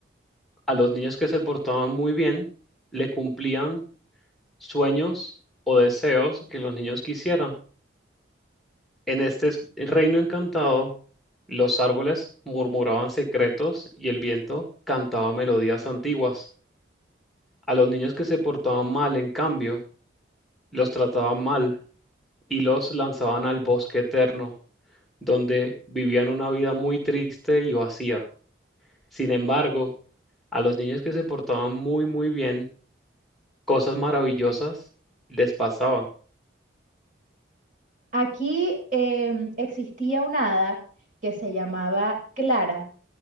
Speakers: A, in the centre; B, on the right.
A: a los niños que se portaban muy bien, le cumplían sueños o deseos que los niños quisieran. En este s- reino encantado, los árboles murmuraban secretos y el viento cantaba melodías antiguas. A los niños que se portaban mal, en cambio, los trataban mal y los lanzaban al bosque eterno, donde vivían una vida muy triste y vacía. Sin embargo, a los niños que se portaban muy, muy bien, cosas maravillosas les pasaban.
B: Aquí em, existía una hada que se llamaba Clara,